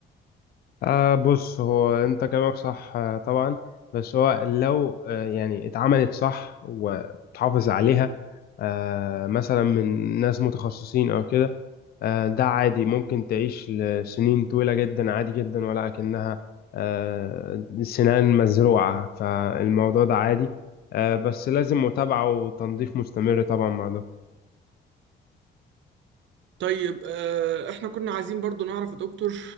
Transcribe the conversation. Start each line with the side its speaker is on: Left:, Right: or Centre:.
Left: آه بص هو انت كلامك صح آه، طبعا بس هو لو آه، يعني اتعملت صح وتحافظ عليها آه، مثلا من ناس متخصصين او كده آه، ده عادي ممكن تعيش لسنين طويلة جدا عادي جدا ولكنها آه، سنان مزروعة فالموضوع ده عادي آه، بس لازم متابعة وتنظيف مستمر طبعا مع دكتور
Right: طيب آه، احنا كنا عايزين برضو نعرف يا دكتور